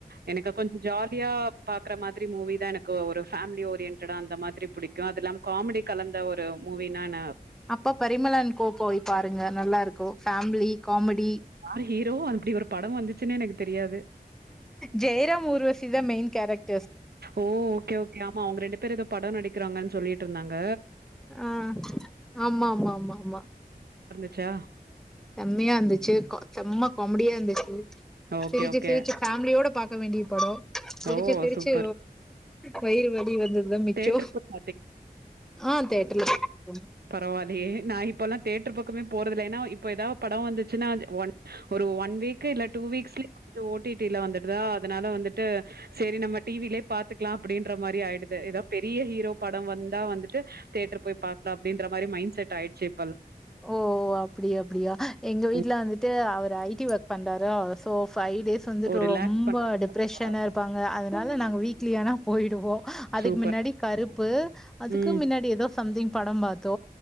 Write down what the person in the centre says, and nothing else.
அப்ப பரிமளா அண்ட் கோ போய் பாருங்க நல்லாருக்கும் ஃபேமிலி காமெடி
ஜெயராம் ஊர்வசிதா மெயின் கரெக்
ஆ ஆமாமாமாமா
செம்மயா இந்துச்சு செம்ம காமெடியா இருந்துச்சு
சிரிச்சு
சிரிச்சு ஃபேமிலியோட பா க்க வேண்டிய படொ சிரிச்சு
சிரிச்சு
வயிறு வலி வந்த து தா மிச்சோ
ஆ தெரி <inaudible>
ஓ அப்டி அப்டியா எங்க வீட்ல
வந்துட்டு அவர் ஐ டி ஒர்க் பண்றாரா சோ ஃபை டேஸ் வந்துட்டு
ரொம்ப
டிப்ரெஷனா இருப்பாங்க அதுனா ல நாங்க வீக்லியானா போயிடுவோ அதுக்கு
முன்னாடி கருப்பு அதுக்கு
முன்னாடி எதோ சம்திங் படம் பாத் தோ